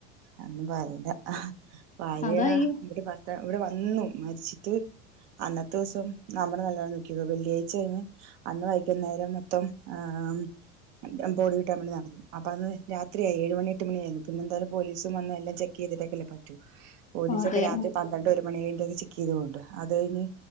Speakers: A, on the right (about 70°); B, on the left (about 20°).
A: അന്നും പറയില്ല ഭാര്യ
B: അതാ ഈ
A: ഇവിടെ പത്ത ഇവിടെ വന്നു മരിച്ചിട്ട് അന്നത്തെ ദിവസം നമ്മള് നല്ലോ നക്ക വെള്ളിയാഴ്ച കഴിഞ്ഞ് അന്ന് വൈകുന്നേരം മൊത്തം ആഹ്മ്മ് ബോടി കിട്ടാൻ വേണ്ടി നടന്നു അപ്പൊ അത്യായി ഏഴുമണി എട്ട് മണിയായിരുന്നു പിന്നെന്തായാലും പോലീസും വന്ന എല്ലാം ചെ ചെയ്തിട്ടക്കല്ലേ പറ്റു പോലീസൊക്കെ
B: അതെ
A: രാത്രി പന്ത്രണ്ട് ഒരു മണിഴിൊക്ക ചെക്ക് ചെയ്ത കൊണ്ട് അത് കഴിഞ്ഞ്